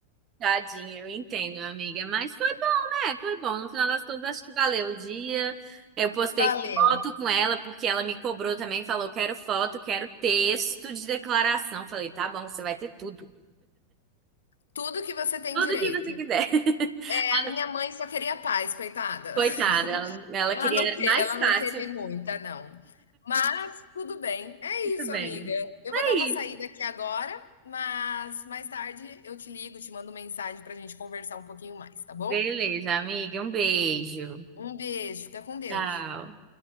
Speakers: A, on the right; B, on the left.
A: tadinha, eu entendo, amiga, mas foi bom, né? Foi bom, no final das contas, acho que valeu o dia. Eu postei
B: Valeu.
A: foto com ela, porque ela me cobrou também, falou, quero foto, quero texto de declaração. Falei, tá bom, você vai ter tudo,
B: Tudo que você tem
A: tudo
B: direito.
A: que você quiser. <laughs>
B: É, a minha mãe só queria paz, coitada.
A: Coitada, ela, ela
B: Ela
A: queria
B: não, te,
A: mais
B: ela
A: fácil.
B: não teve muita, não. Mas tudo bem. É
A: Tudo
B: isso,
A: bem.
B: amiga. Eu
A: É
B: vou dar
A: isso.
B: uma saída aqui agora, mas mais tarde eu te ligo, te mando mensagem para a gente conversar um pouquinho mais, tá bom?
A: Beleza, amiga, um beijo.
B: Um beijo, fica com Deus.
A: Tchau.